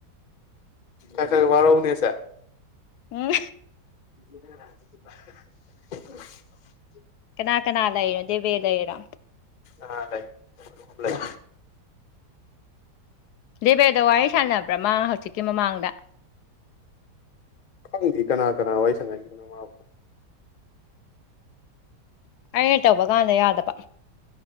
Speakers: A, on the left; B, on the left.
A: ꯈꯔ ꯈꯔ ꯋꯥꯔꯛꯎꯅꯦ ꯑꯁꯦ
B: ꯎꯝ
A: <inaudible>
B: ꯀꯅꯥ ꯀꯅꯥ ꯂꯩꯔꯤꯅꯣ ꯗꯦꯕꯦ ꯂꯩꯔꯤꯔꯣ
A: ꯑꯥ ꯂꯩ ꯂꯩ
B: ꯗꯦꯕꯦꯗ ꯋꯥꯔꯤ ꯁꯥꯟꯅꯕ꯭ꯔ ꯃꯥ ꯍꯧꯖꯤꯛꯀꯤ ꯃꯃꯥꯡꯗ
A: ꯈꯪꯗꯦ ꯀꯅꯥ ꯀꯅꯥ ꯋꯥꯔꯤ ꯁꯥꯟꯅꯈꯤꯕꯅꯣ ꯃꯥꯕꯨ
B: ꯑꯩꯅ ꯇꯧꯕ ꯀꯥꯟꯗ ꯌꯥꯗꯕ